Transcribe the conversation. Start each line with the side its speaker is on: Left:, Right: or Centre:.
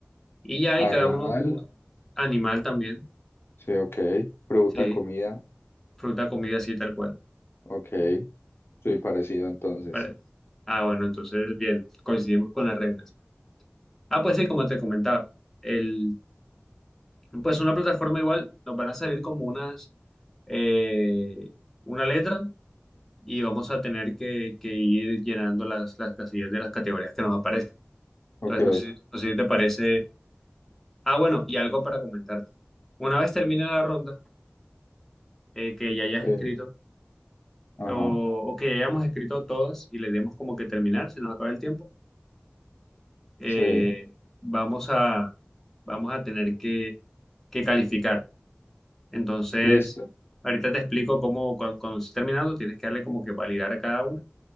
Centre: Y ya hay
Left: Animal,
Centre: cada Ah, uno como animal también,
Left: sí, ok. Fruta,
Centre: sí,
Left: comida,
Centre: fruta, comida, así tal cual.
Left: ok. Soy parecido entonces.
Centre: Pare- Ah, bueno, entonces, bien, coincidimos con las reglas. Ah, pues sí, como te comentaba, el, pues una plataforma igual nos van a salir como unas, eh, una letra. y vamos a tener que, que ir llenando las, las casillas de las categorías que nos aparezcan.
Left: Ok,
Centre: Entonces, no sé, no sé si te parece. Ah, bueno, y algo para comentarte. Una vez termine la ronda, eh, que ya hayas
Left: sí,
Centre: escrito
Left: ajá,
Centre: o, o que hayamos escrito todas y le demos como que terminar, se nos acaba el tiempo, eh,
Left: sí.
Centre: vamos a, vamos a tener que, que calificar. Entonces,
Left: Listo.
Centre: ahorita te explico cómo, cuando, cuando estés terminando, tienes que darle como que validar a cada una